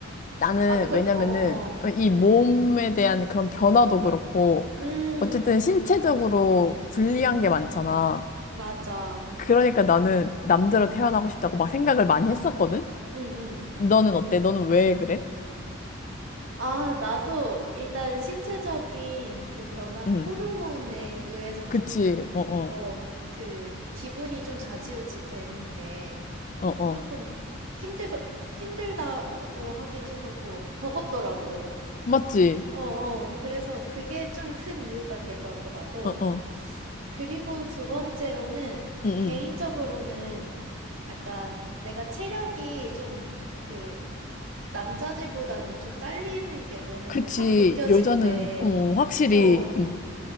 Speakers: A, on the left; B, on the right.
A: 나는
B: 아, 그,
A: 왜냐면은
B: 어, 어, 어.
A: 이
B: 음.
A: 몸에 대한 그런 변화도 그렇고
B: 음,
A: 어쨌든 신체적으로 불리한
B: 음.
A: 게 많잖아.
B: 맞아.
A: 그러니까 나는 남자로 태어나고 싶다고 막 생각을 많이 했었거든?
B: 음, 음.
A: 너는 어때? 너는 왜 그래?
B: 아, 나도 일단 신체적인 그 변화,
A: 응,
B: 호르몬에 의해서
A: 그치,
B: 조금,
A: 어어,
B: 어, 그, 기분이 좀 좌지우지 되는 게,
A: 어어.
B: 조금 힘들, 힘들다고 하긴 좀 그렇고, 버겁더라고.
A: 맞지?
B: 어, 어. 그래서 그게 좀 큰 이유가 될 것 같고, 나도.
A: 어어.
B: 그리고
A: 응,
B: 두 번째로는,
A: 응.
B: 개인적으로는 약간 내가 체력이 좀 그, 남자들보다는 좀 딸리는 게 너무
A: 그치,
B: 확 느껴질
A: 여자는,
B: 때,
A: 어, 확실히,
B: 어,
A: 응.